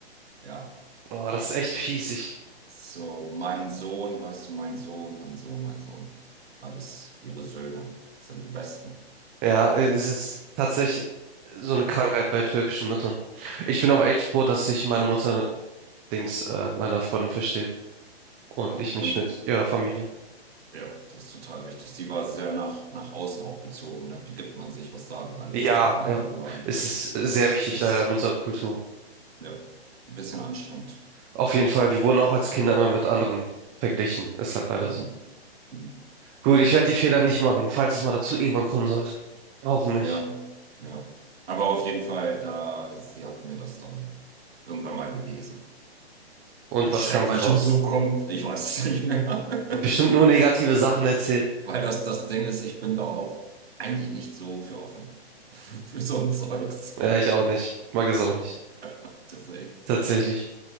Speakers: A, on the right; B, on the right.
A: Ja,
B: Boah, das ist echt fies. Ich,
A: so mein Sohn, weißt du, mein Sohn, mein Sohn, mein Sohn. Alles ihre Söhne sind die Besten.
B: ja, es ist tatsächlich so eine
A: Mhm.
B: Krankheit bei türkischen Müttern. Ich bin
A: Ja,
B: auch
A: ja.
B: echt froh, dass sich meine Mutter mit Dings, äh, meiner Freundin versteht und
A: und,
B: ich mich
A: und
B: mit ihrer Familie.
A: ja, das ist total wichtig. Sie war sehr nach, nach außen auch bezogen. Ne? Wie gibt man sich, was sagen alle,
B: Ja,
A: was denken andere
B: ja,
A: über einen?
B: es ist
A: Das
B: sehr wichtig
A: ist
B: leider in unserer Kultur.
A: ja, ein bisschen anstrengend.
B: Auf jeden Fall, wir wurden auch als Kinder immer mit anderen verglichen. Ist halt leider
A: Mhm.
B: so.
A: Mhm.
B: Gut, ich werde die Fehler nicht machen, falls es mal dazu irgendwann kommen sollte. Hoffentlich.
A: Ja, ja. Aber auf jeden Fall, da, sie hat mir das dann irgendwann mal gelesen.
B: Und
A: Meine
B: was
A: schreckliche
B: kam bei raus?
A: Zukunft, ich weiß es nicht mehr.
B: Bestimmt
A: <laughs>
B: nur negative Sachen erzählt.
A: Weil das das Ding ist, ich bin da auch eigentlich nicht so für offen. <laughs> Für so ein Zeugs.
B: Ja, ich auch nicht. Mag das auch nicht.
A: <laughs> Deswegen,
B: Tatsächlich.